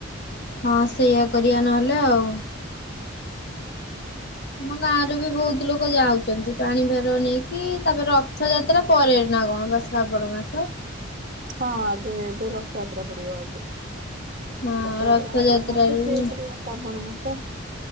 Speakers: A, on the left; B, on the right.
A: ହଁ ସେଇଆ କରିବା ନହେଲେ ଆଉ। ଆମ ଗାଁ ରରୁ ବି ବହୁତ୍ ଲୋକ ଯାଉଛନ୍ତି ପାଣି ଭାର ନେଇକି ତାପରେ ରଥଯାତ୍ରା ପରେ ନା କଣ ବାସ ଶ୍ରାବଣ ମାସ।
B: ହଁ ଆଗେ ଏବେ ରଥଯାତ୍ରା ପଡ଼ିବ ଆଗେ।
A: ହଁ
B: ରଥଯାତ୍ରା
A: ରଥଯାତ୍ରାରେ
B: ଆଷାଢ଼ ମାସ ସିଏ
A: ବି
B: ପଡ଼ିବ ଶ୍ରାବଣ ମାସ।